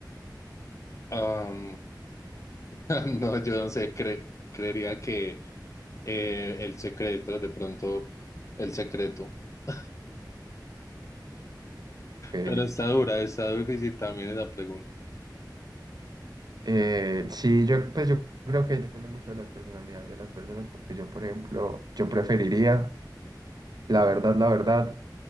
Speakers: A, on the left; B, on the right.
A: Am, <laughs> no, yo no sé, cre- creería que eh, el secreto, de pronto el secreto. <laughs>
B: Eh,
A: Pero está dura, está difícil también esa pregunta.
B: eh, sí, yo, pues yo creo que depende mucho de las personalidades de las personas, porque yo, por ejemplo, yo preferiría, la verdad, la verdad,